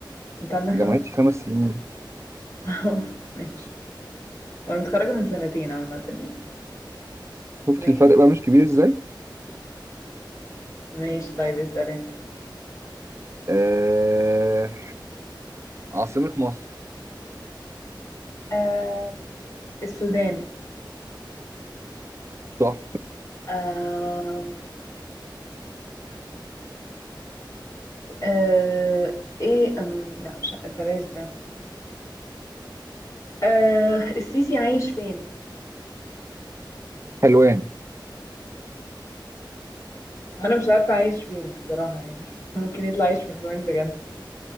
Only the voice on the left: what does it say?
انت عندك
خمس
<laughs> ماشي وانا متخرجة من سنتين عامة يعني
ماشي
ماشي طيب اسأل انت
آم، السودان
آم، آه، ايه أم... لا مش ع- بلاش ده آه، السيسي عايش فين؟
انا مش عارفة عايش فين الصراحة يعني <laughs> ممكن يطلع عايش في حلوان بجد